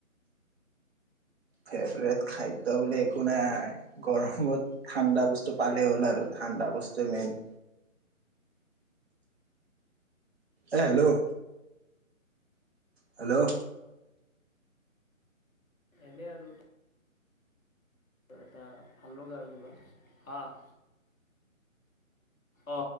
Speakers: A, on the right; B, in the centre.
A: ফেভৰেট খাদ্য বুলি একো নাই গৰমত ঠাণ্ডা বস্তু পালেই হ'ল আৰু ঠাণ্ডা বস্তু মেইন আহ হেল্ল' হেল্ল'
B: এনে আৰু আৰু আৰু এটা ভাল লগা আৰু কিবা হাঁহ অ